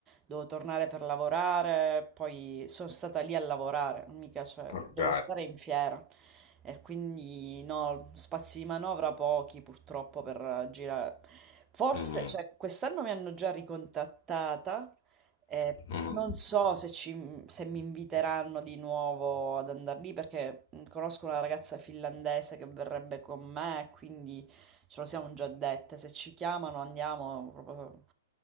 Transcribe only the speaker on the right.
devo tornare per lavorare, poi sono stata lì a lavorare, mica, cioè
devo stare in fiera e quindi no, spazi di manovra pochi purtroppo per girare. Forse,
cioè quest'anno mi hanno già ricontattata eh,
non so se, ci- se mi inviteranno di nuovo ad andare lì perché mh, conosco una ragazza finlandese che verrebbe con me, quindi ce lo siamo già dette. Se ci chiamano andiamo proprio-